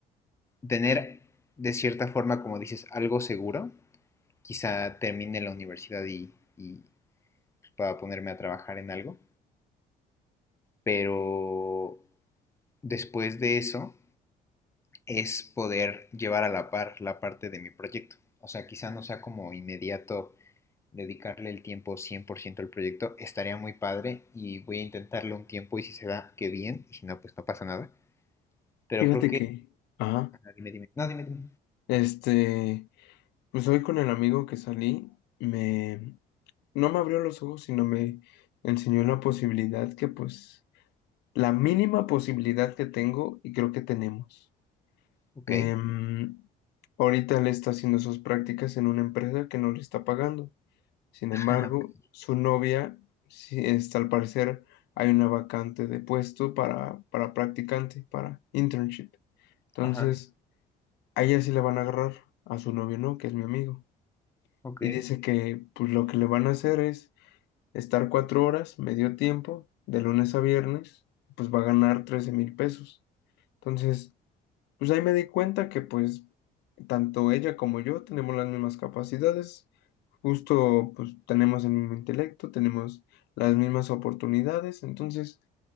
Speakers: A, on the left; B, on the left.
A: tener de cierta forma, como dices, algo seguro. Quizá termine la universidad y, y pueda ponerme a trabajar en algo, pero después de eso es poder llevar a la par la parte de mi proyecto. O sea, quizá no sea como inmediato dedicarle el tiempo 100% al proyecto, estaría muy padre y voy a intentarlo un tiempo y si se da, qué bien, y si no, pues no pasa nada. Pero
B: Fíjate
A: creo que
B: que, ajá,
A: Ajá, dime, dime. No, dime, dime.
B: este, pues hoy con el amigo que salí, me, no me abrió los ojos, sino me enseñó la posibilidad que, pues, la mínima posibilidad que tengo y creo que tenemos.
A: Ok.
B: Em, ahorita él está haciendo sus prácticas en una empresa que no le está pagando. Sin embargo,
A: <laughs>
B: su novia, sí, está, al parecer, hay una vacante de puesto para, para practicante, para internship. Entonces,
A: Ajá,
B: a ella sí la van a agarrar, a su novio no, que es mi amigo.
A: ok.
B: Y dice que pues lo que le van a hacer es estar cuatro horas, medio tiempo, de lunes a viernes, pues va a ganar trece mil pesos. Entonces, pues ahí me di cuenta que pues tanto ella como yo tenemos las mismas capacidades, justo pues tenemos el mismo intelecto, tenemos las mismas oportunidades, entonces